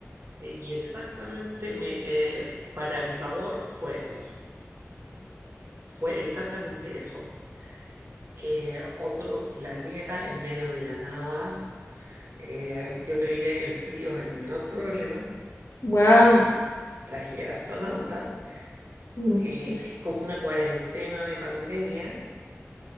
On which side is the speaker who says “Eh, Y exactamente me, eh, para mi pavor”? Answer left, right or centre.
Right